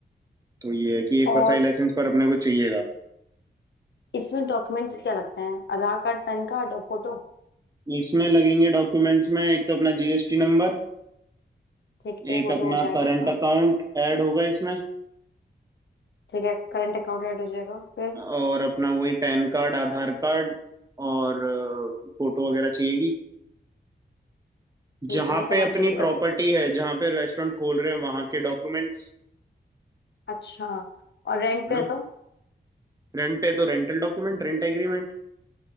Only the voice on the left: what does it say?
और
इसमें डॉक्यूमेंट्स क्या लगते हैं आधार कार्ड पैन कार्ड और फोटो
ठीक है
वो
तो हो जाएगा
अ,
ठीक है करंट अकाउंट ऐड हो जाएगा फिर
ठीक
है मैं समझ
गई और-
अच्छा और रेंट
पे
है तो